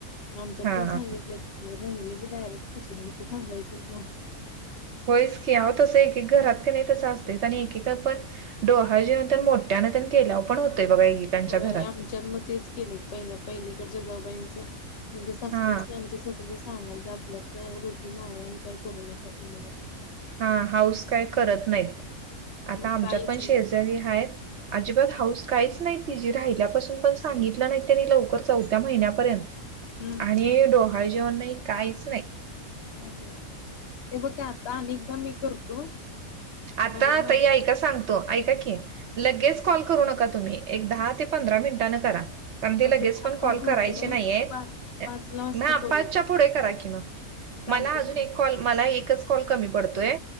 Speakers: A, on the left; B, on the right.
A: आमच्यात
B: हा
A: पण
B: हा.
A: सांगितलेत की राहिलं की डायरेक्ट तिथं इथं थांबायच नाही.
B: होईस की ह तसं एकक घरात का नाही तसं असतेच आणि एकेका पण डोहाळ जेवन तर मोठ्यानं केला पण होतोय बघा एकेकांच्या
A: हो
B: घरात
A: आमच्या मग तेच केले पहिल्या पहिलीकडच्या जावूबाईंच त्यांच्या सासूबाईस
B: हा
A: आमच्या सासूबाईस सांगाल आपल्यात तर रुजू नाही आहे आणि काही करू नका असं
B: हा हाऊस काय करत नाहीत आता
A: मग
B: आमच्यात
A: काहीच
B: पण
A: नाही
B: शेजारी आहेत. अजिबात हाऊस काहीच नाही तिची राहिल्यापासून पण सांगितलं नाही त्यांनी लवकर चौथ्या महिन्यापर्यंत
A: हम्म
B: आणि डोहाळ जेवण नाही काहीच नाही
A: हे बघ काय आता आणि एकदा मी करतो
B: आता
A: म्हणजे माझ
B: ताई ऐका सांगतो ऐका की लगेच कॉल करू नका तुम्ही एक दहा ते पंधरा मिनिटान करा. कारण ते
A: म्हणजे
B: लगेच पण
A: आता
B: कॉल
A: राहू
B: करायचे
A: दे मग
B: नाही हेत
A: पाच पाचला वाजता
B: हा
A: करूया
B: पाचच्या पुढे करा कि मग.
A: चालतंय
B: मला अजून
A: की नाही?
B: एक कॉल मला एकच कॉल कमी पडतोय